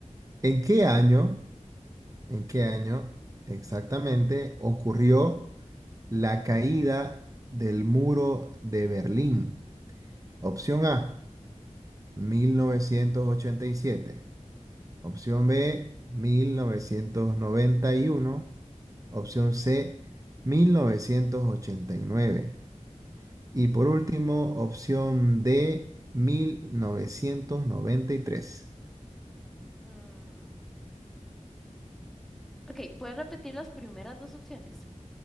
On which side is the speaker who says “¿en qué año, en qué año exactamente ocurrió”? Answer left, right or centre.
Right